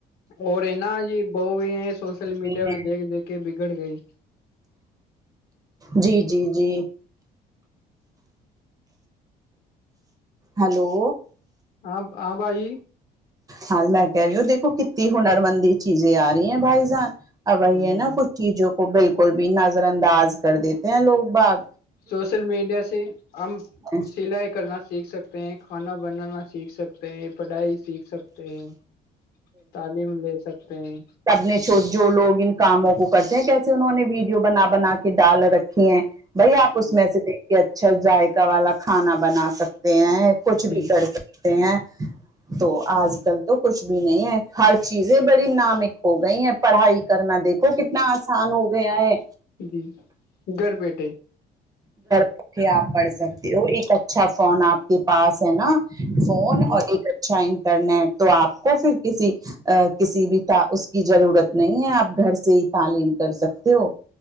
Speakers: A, on the left; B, on the right.
A: اور ہے نا ج بہ بھی ہیں سوشل میڈیا
B: ہیں
A: پہ دیکھ دیکھ کے بگڑ گئی
B: جی جی جی ہلو
A: آاں آ بھائی
B: ہاں میں کہہ رہی ہو دیکھو کتی ہنرمندی چیزیں آ رہی ہیں بھائی جان اب ہے
A: ہ
B: نا کچھ چیزوں کو بالکل بھی نظر انداز کر دیتے ہیں لوگ باغ
A: سوشل میڈیا سے ہم
B: ہے
A: سل کرنا سیکھ سکتے ہیں کھانا بنانا سیکھ سکتے ہیں پڑھائی سیکھ سکتے ہیں تعلیم لے سکتے ہیں
B: اپنے ش جو لوگ ان کاموں کو کرتے ہیں کیسے انہوں نے ویڈیو بنا بنا کے ڈال رکھی ہیں بھائی آپ اس
A: جی
B: میں سے دیکھ کے اچھا ذائقہ والا کھانا بنا سکتے ہیں کچھ
A: جی
B: بھی کر سک ہیں تو آج کل تو کچھ بھی نہیں ہے ہر چیزیں بڑی نامک ہو گئی ہیں پڑھائی کرنا دیکھو کتنا آسان ہو گیا ہے
A: جی گھر بیٹھے
B: اکے آپ پڑھ سکتے ہو ایک اچھا فون آپ کے پاس ہے نا فون
A: جی
B: اور ایک اچھا انٹرنیٹ تو آپ کو پھر کسی کسی بھی اس کی ضرورت نہیں ہے آپ گھر سے ہی تعلیم کر سکتے ہو